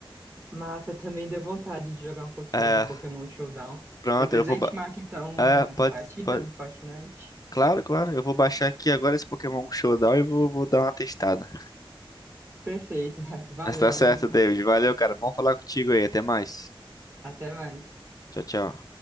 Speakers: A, on the right; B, on the left.
A: Massa, também deu vontade de jogar um pouquinho
B: É,
A: do Pokémon Showdown.
B: pronto,
A: Depois
B: eu vou,
A: a gente
B: ba-
A: marca então
B: é,
A: uma
B: pode,
A: partida
B: pode,
A: no Fortnite.
B: claro, claro, eu vou baixar aqui agora esse Pokémon Showdown e vou, vou dar uma testada.
A: Perfeito. <laughs> Valeu,
B: Mas tá certo,
A: Augusto.
B: David. Valeu, cara. Bom falar contigo aí. Até mais.
A: Até mais.
B: Tchau, tchau.